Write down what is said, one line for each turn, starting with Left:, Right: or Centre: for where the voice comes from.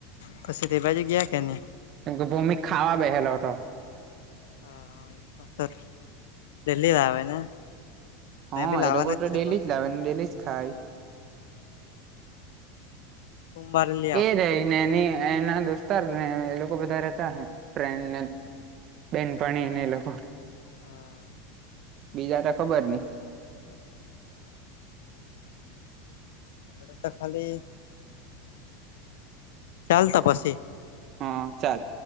Left: પસી તે બાજું ગીયા કે ની?
Right: એમ કે ભોમી ખાવા બેહેલો અતો.
Left: હા એક પાસતર ડેલી આવે ને? મેં
Right: હા
Left: બી લાવવાના
Right: એ લોકો તો
Left: છે
Right: ડેલી
Left: પણ
Right: જ
Left: હવે
Right: લાવે ને, ડેલી જ ખાય.
Left: રૂમ બાંધલી
Right: એ રેય ને ની એના દોસ્તાર ને એ લોકો બધા રેતા અહે ફ્રેન્ડને. બેનપણીને એ લોકો,
Left: હા
Right: બીજા તો ખબર ની.
Left: <unintelligible> તો ખાલી ચાલ તો પસી.
Right: હા ચાલ.